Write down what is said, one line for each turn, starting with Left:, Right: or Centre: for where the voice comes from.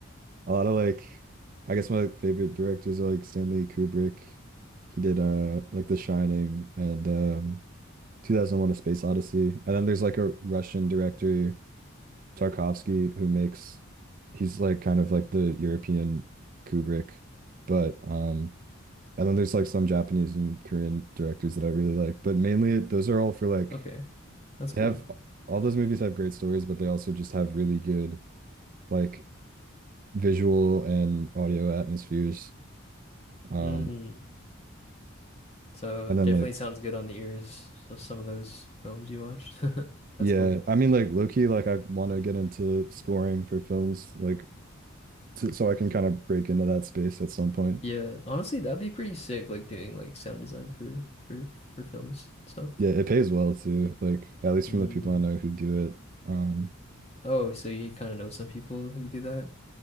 Right: a lot of like I guess my like, favorite directors are like Stanley Kubrick. He did uh like The Shining and um 2001: A Space Odyssey. And then there's like a Russian director Tarkovsky who makes he's like kind of like the European Kubrick, but um And then there's like some Japanese and Korean directors that I really like, but mainly it, those are all for like
Left: okay, that's
Right: they
Left: cool.
Right: have all those movies have great stories, but they also just have really good like visual and audio atmospheres. Um,
Left: Mm, so
Right: and
Left: definitely
Right: then like
Left: sounds good on the ears. So some of those films you watched. <laughs> That's
Right: yeah,
Left: cool.
Right: I mean like low-key like I want to get into scoring for films like to, so I can kind of break into that space at some point.
Left: Yeah, honestly, that'd be pretty sick like doing like sound design for for for films and stuff.
Right: Yeah, it pays well too, like at least
Left: Mm.
Right: from the people I know who do it. Um,
Left: Oh, so you kind of know some people who do that